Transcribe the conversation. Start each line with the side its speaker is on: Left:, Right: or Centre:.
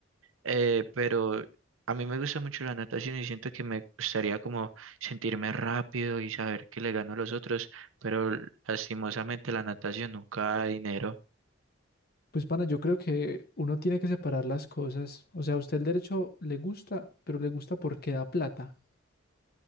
Right: eh, pero a mí me gusta mucho la natación y siento que me gustaría como sentirme rápido y saber que le gano a los otros, pero lastimosamente la natación nunca da dinero.
Left: Pues, pana, yo creo que uno tiene que separar las cosas. O sea, a usted el derecho le gusta, pero le gusta porque da plata.